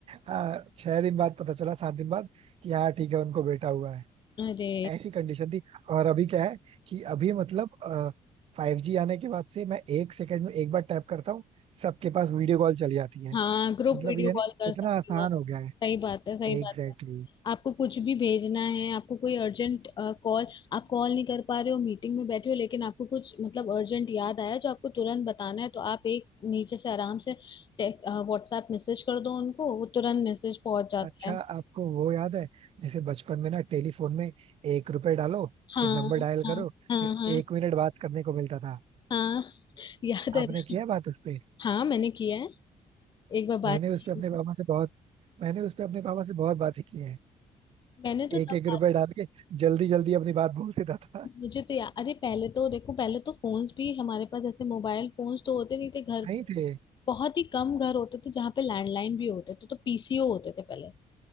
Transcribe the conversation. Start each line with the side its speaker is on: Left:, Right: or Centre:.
Right: आ, छह दिन बाद पता चला सात दिन बाद कि हाँ ठीक है उनको बेटा हुआ है
Left: अरे
Right: ऐसी कंडीशन थी और अभी क्या है कि अभी मतलब फाइव जी आने के बाद से मैं एक सेकंड में एक बार टैप करता हूँ सबके पास वीडियो कॉल चली जाती है
Left: हाँ ग्रुप
Right: मतलब
Left: वीडियो
Right: ये
Left: कॉल
Right: ना कि कितना
Left: कर सकते
Right: आसान
Left: हो आप।
Right: हो गया
Left: सही बात
Right: है
Left: है सही बात
Right: Exactly
Left: है
Right: exactly.
Left: आपको कुछ भी भेजना है आपको कोई अर्जेंट कॉल आप कॉल नहीं कर पा रहे हो मीटिंग में बैठे हो लेकिन आपको कुछ मतलब अर्जेंट याद आया जो आपको तुरंत बताना है तो आप एक नीचे से आराम से व्हाट्सएप मैसेज कर दो उनको वो तुरंत मैसेज पहुंच जाता
Right: अच्छा
Left: है
Right: आपको वो याद है जैसे बचपन में ना टेलीफोन में एक रुपए डालो
Left: हाँ
Right: फिर नंबर डायल
Left: हाँ
Right: करो
Left: हाँ
Right: फिर
Left: हाँ
Right: एक मिनट बात करने को मिलता था
Left: हाँ याद है
Right: आपने
Left: ना
Right: किया है बात उस पे
Left: हाँ मैंने किया है एक बार बात
Right: मैंने उस
Left: की
Right: पे अपने पापा से बहुत मैंने उस पे अपने पापा से बहुत बातें की हैं
Left: मैंने तो तब
Right: एक एक
Left: बात
Right: रुपए डाल के जल्दी जल्दी अपनी बात बोल देता था
Left: मुझे तो यार अरे पहले तो देखो पहले तो फोन्स भी हमारे पास ऐसे मोबाइल फोन्स तो होते नहीं थे घर
Right: <laughs> नहीं थे
Left: बहुत ही कम घर होते थे जहाँ पे लैंडलाइन भी होते थे तो पीसीओ होते थे पहले